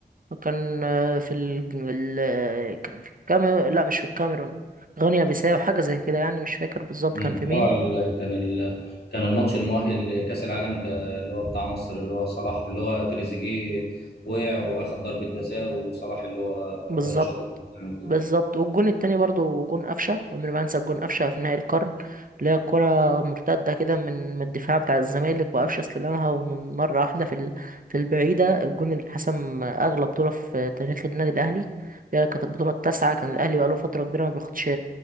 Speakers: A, on the right; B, on the left.
A: كان آه، في ال... ال... كان في الكاميرون لا مش في الكاميرون غينيا بيساو حاجة زي كده يعني مش فاكر بالظبط
B: مم.
A: كان في مين
B: اه ال- كان ال... كان الماتش المؤهل لكأس العالم ك... اللي هو بتاع مصر اللي هو صلاح اللي هو تريزيجيه وقع
A: مم.
B: واخد ضربة جزاء وصلاح اللي هو
A: بالظبط
B: هو اللي شاط الجول يعني
A: بالظبط والجون التاني برضه جون قفشه عمري ما انسى الجون قفشه في نهائي القرن اللي هي الكره مرتده كده من من الدفاع بتاع الزمالك وقفشه استلمها ومن مره واحده في ال- في البعيده الجون اللي حسم اغلى بطوله في تاريخ النادي الاهلي اللي هي كانت البطوله التاسعه كان الاهلي بقاله فتره كبيره ما بياخدش